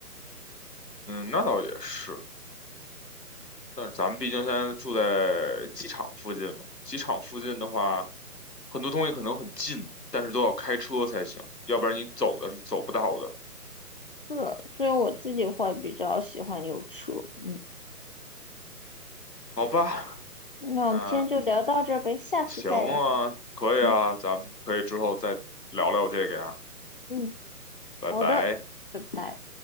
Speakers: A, on the left; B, on the left.
A: 嗯，那倒也是，但是咱们毕竟现在住在机场附近嘛，机场附近的话，很多东西可能很近，但是都要开车才行，要不然你走的是走不到的，
B: 是，所以我自己会比较喜欢有车。嗯
A: 好吧？
B: 那我们今天就聊到这儿呗，
A: 那
B: 下次再聊。
A: 行啊，可以啊，
B: 嗯
A: 咱们可以之后再聊聊这个呀，
B: 嗯，
A: 拜拜。
B: 好的。拜拜。